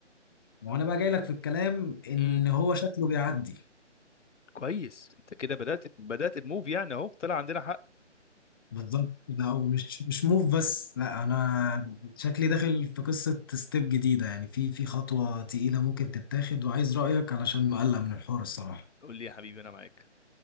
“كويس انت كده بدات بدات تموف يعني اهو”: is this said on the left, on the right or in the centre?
Left